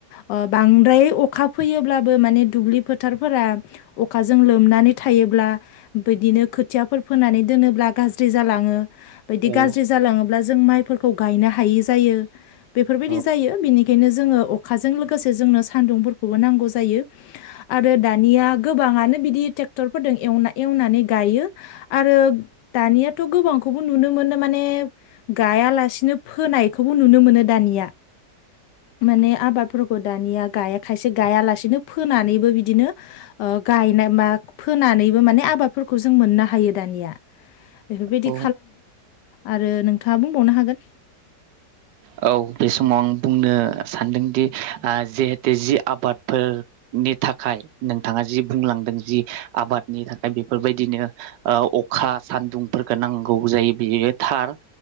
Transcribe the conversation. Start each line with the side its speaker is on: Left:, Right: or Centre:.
Left: ओ बांद्राय अ अखा फैयोब्लाबो माने दुब्लि फोथारफोरा अखाजों लोमनानै थायोब्ला बिदिनो खोथियाफोर फोनानै दोनोब्ला गाज्रि जालाङो बायदि
Right: औ
Left: गाज्रि जालाङोब्ला जों माइफोरखौ गायनो हायै जायो बेफोरबायदि
Right: औ
Left: जायो बिनि बेखायनो जोङो अखाजों लोगोसे जोंनो सान्दुंफोरखौबो नांगौ जायो आरो दानिया गोबाङानो बिदि ट्रेक्टरफोरजों एवना एवनानै गायो आरो दानियाथ' गोबांखौ खौबो नुनो मोनो माने गायालासेनो फोनायखौबो नुनो मोनो दानिया माने आबादफोरखौ दानिया गाया खायसे गायालासेनो फोनानैबो बिदिनो ओ गायनाय मा फोनानैबो माने आबादफोरखौ जों मोननो हायो दानिया एफोरबायदि
Right: औ
Left: आरो नोंथाङा बुंबावनो हागोन
Right: औ बे समाव आं बुंनो सानदोंदि ओ जिहेतु जि आबादफोरनि थाखाय नोंथाङा जि बुंलांदों जि आबादनि थाखाय बेफोरबायदिनो ओ अखा सान्दुंफोरखौ नांगौ जायो बेयो थार